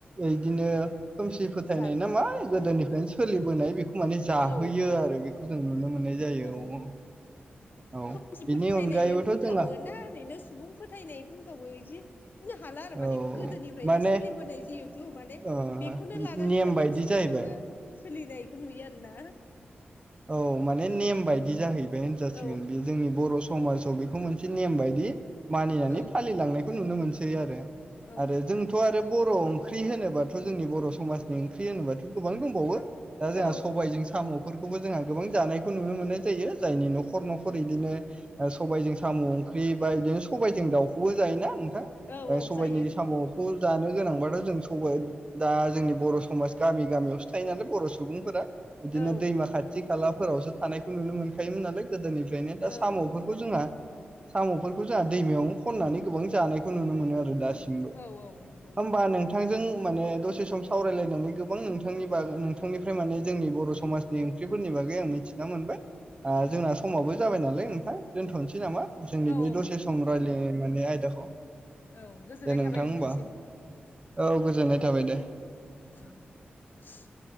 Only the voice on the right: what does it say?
इदिनो खोमसि फोथायनाय
नामा गोदोनिफ्रायनो सोलिबोनाय बेखौ माने जाहोयो
आरो बेखौ जों नुनो मोननाय जायो।
औ
बिनि
अनगायैबोथ'
जोंहा
औ
माने
ओ
नेम
बायदि
जाहैबाय
औ माने नेम बायदि जाहैबाय होनजासिगोन
बे जोंनि बर' समाजाव बेखौ मोनसे नेम बायदि मानिनानै
फालिलांनायखौ नुनो मोनसै आरो।
आरो जों थ' आरो बर' ओंख्रि होनोबाथ' जोंनि बर' समाजनि ओंख्रि होनोबाथ' गोबां दंबावो। दा जोंहा
सबायजों साम'फोरखौबो जोंहा गोबां जानायखौ नुनो मोननाय जायो जायनि
न'खर न'खर न'खर बिदिनो सबायजों साम' ओंख्रि बा बिदिनो सबायाइजों दाउखौबो जायोना नोंथां?
ओ
सबाइनि
साम'खौ जानो गोनांबाथ' जों सबाय दा जोंनि बर' समाज गामि गामियावसो थायो नालाय बर' सुबुंफोरा। बिदिनो
दैमा खाथि खालाफोरावसो थानायखौ नुनो मोनखायोमोन नालाय। गोदोनिफ्रायनो दा
साम'फोरखौ
जोंहा साम'फोरखौ जोंहा दैमायावनो खननानै गोबां जानायखौ नुनो मोनो आरो दासि होमबा
नों थांजों माने दसे सम सावरायलायनानै गोबां नोंथांनि बागै नोंथांनिफ्राय माने जोंनि बर' समाजनि ओख्रिफोरनि बागै आं मिथिना मोनबाय। ओ जोंना
समाबो जाबाय नालाय नोंथां दोनथ'नोसै नामा जोंनि
बे
दसे सम रायज्लायनाय माने आयदाखौ?
दे नोंथां
होमबा औ गोजोननाय थाबाय दे।